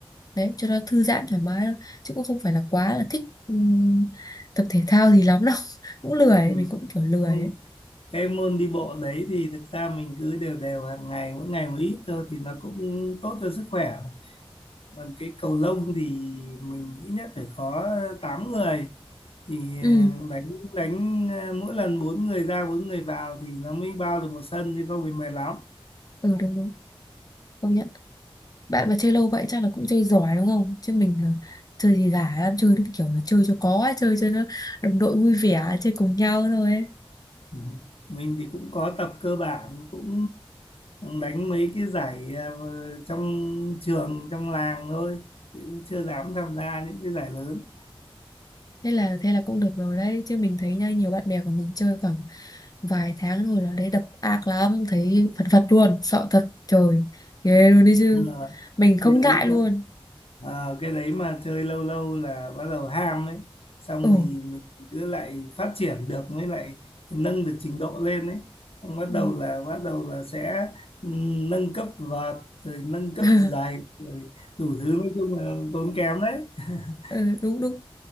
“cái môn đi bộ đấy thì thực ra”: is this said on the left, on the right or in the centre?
Left